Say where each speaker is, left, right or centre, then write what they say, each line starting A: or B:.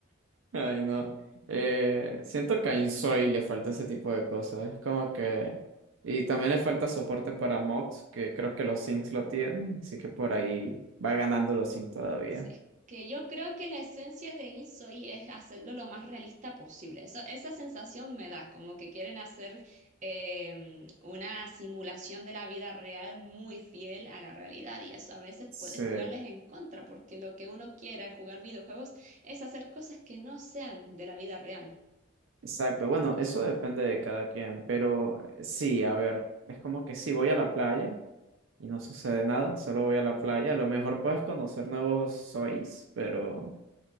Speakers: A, on the right (about 75°); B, on the right (about 40°).
A: Ay, no. Eh, siento que a Insoy le falta ese tipo de cosas. Es como que. Y también le falta soporte para mods, que creo que los Sims lo tienen. Así que por ahí va ganando los Sims todavía.
B: Sí, es que yo creo que la esencia de InSoy es hacerlo lo más realista posible. Eso- esa sensación me da, como que quieren hacer em, una simulación de la vida real muy fiel a la realidad y eso a veces
A: Sí,
B: puede jugarles en contra, porque lo que uno quiere al jugar videojuegos es hacer cosas que no sean de la vida real.
A: exacto. Bueno, eso depende de cada quien. Pero eh, sí, a ver. Es como que si voy a la playa y no sucede nada, solo voy a la playa. A lo mejor puedes conocer nuevos Sois, pero.